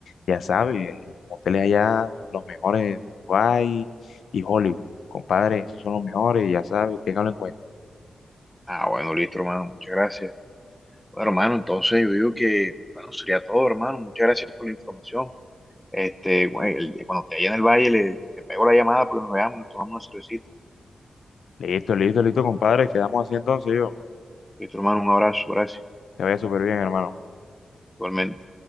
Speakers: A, on the left (about 80°); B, in the centre.
A: ya sabes, eh, los moteles allá, los mejores, Guay y Hollywood. Compadre, esos son los mejores, ya sabes, téngalo en cuenta.
B: Ah, bueno, listo, hermano, muchas gracias. Bueno, hermano, entonces yo digo que, bueno, sería todo, hermano. Muchas gracias por la información. Este, güey, el- cuando te haya en el valle, le, le pego la llamada porque nos veamos, nos tomamos una cervecita.
A: Listo, listo, listo, compadre, quedamos así entonces yo.
B: Listo, hermano, un abrazo, gracias.
A: Te vaya súper bien, hermano.
B: Igualmente.